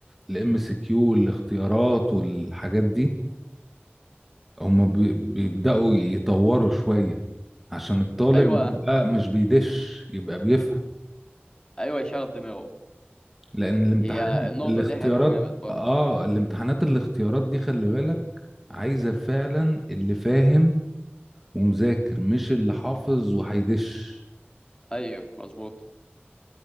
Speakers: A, in the centre; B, on the left.
A: الام سي كيو والاختيارات والحاجات دي هما بي- بيبدأوا يطوروا شوية عشان الطالب
B: ايوه
A: يبقى مش بيدش يبقى بيفهم
B: ايوه يشغل دماغه
A: لأن الامتحان
B: هي النقطة
A: الاختيارات
B: دي حلوة جامد برضه
A: اه الامتحانات الاختيارات دي خلي بالك عايزة فعلا اللي فاهم ومذاكر مش اللي حافظ وهيدش
B: ايوه مظبوط